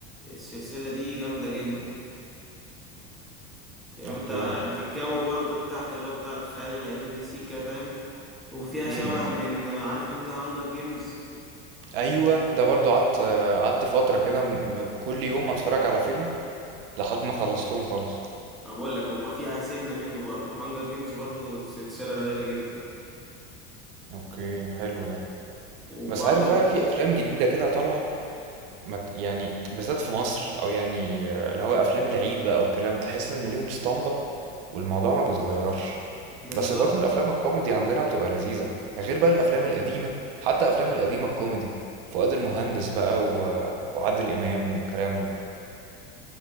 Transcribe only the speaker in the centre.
السلسلة دي جامدة جدا يعني
انت يعني في الجو برضو بتاعك اللي هو بتاع الخيال العلمي سيكا فاهم وفيها
شبه من عارف انت هانجر جيمز
انا بقول لك هما فيها سنة منه برضو هانجر جيمز برضو سلسلة رايقة جدا
وبرضو
بالظبط